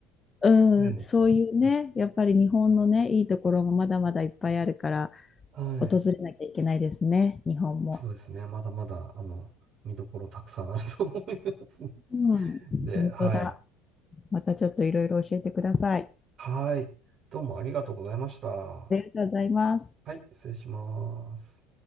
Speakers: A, on the left; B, on the right.
A: うん、
B: うん
A: そういうね、やっぱり日本のね、いいところもまだまだいっぱいあるから、
B: はい。はい
A: 訪れなきゃいけないですね、日本も。
B: そうですね。まだまだ、あの、見どころたくさんあると思いますの
A: うん、
B: で、
A: 本当だ。
B: はい。
A: またちょっといろいろ教えてください。
B: はい。どうもありがとうございました。は
A: ありがとうございます。
B: い。失礼します。